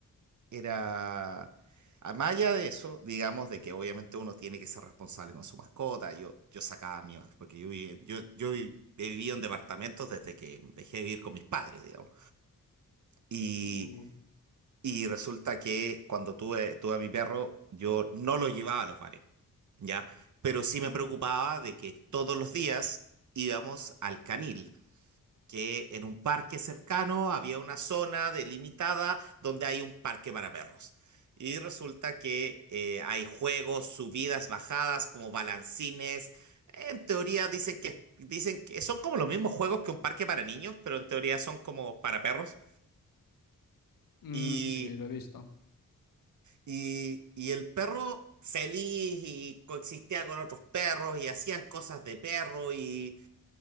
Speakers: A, on the right; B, on the left.
A: era, a más allá de eso, digamos, de que obviamente uno tiene que ser responsable con su mascota, yo, yo sacaba a mi mascota, porque yo, viví- yo, yo vi- he vivido en departamentos desde que dejé de vivir con mis padres, digamos. Y,
B: Uh,
A: y resulta que cuando tuve, tuve a mi perro, yo no lo llevaba a los bares, ¿ya? Pero sí me preocupaba de que todos los días íbamos al canil que en un parque cercano había una zona delimitada donde hay un parque para perros. Y resulta que eh, hay juegos, subidas, bajadas, como balancines. En teoría dicen que, dicen que son como los mismos juegos que un parque para niños, pero en teoría son como para perros.
B: Mm,
A: Y,
B: sí, lo he visto.
A: y, y el perro feliz y coexistía con otros perros y hacían cosas de perro y,